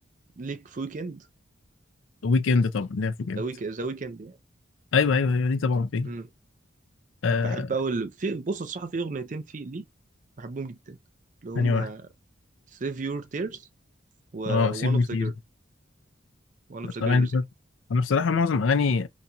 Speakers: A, on the right; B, on the left.
A: ليك في ويكند
B: ويك اند طبعا لعب في جامد
A: ذا ويك ذا ويكند يعني
B: ايوه ايوه ايوه دي طبعا فين
A: امم
B: آه
A: بحب اول في بص الصراحه في اغنيتين في ليه بحبهم جدا اللي هم
B: ثاني واحد
A: سيف يور تيرز وون
B: اه سيب مي
A: اوف
B: فيل
A: ذا جيرل وان اوف
B: الاغاني
A: ذا جيرلز
B: دي برضه
A: يعني
B: انا بصراحه معظم اغاني